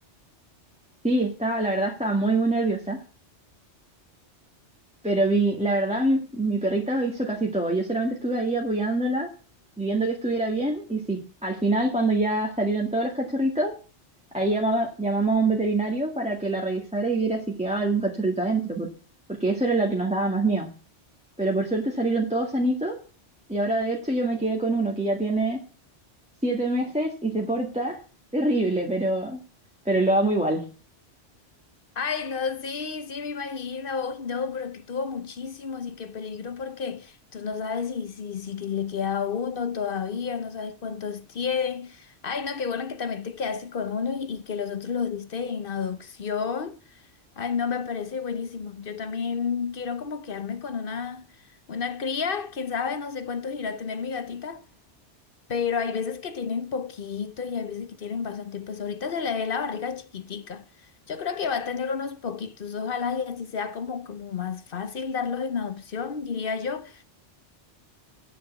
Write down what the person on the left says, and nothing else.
Ay, no, sí, sí, me imagino. Uy, no, pero que tuvo muchísimos y qué peligro porque tú no sabes si, si, si que le queda uno todavía, no sabes cuántos tiene. Ay, no, qué bueno que también te quedaste con uno y, y que los otros los diste en adopción. Ay, no, me parece buenísimo. Yo también quiero como quedarme con una, una cría, quién sabe, no sé cuántos irá a tener mi gatita, pero hay veces que tienen poquito y hay veces que tienen bastante. Pues ahorita se le ve la barriga chiquitica. Yo creo que va a tener unos poquitos, ojalá y así sea como, como más fácil darlos en adopción, diría yo.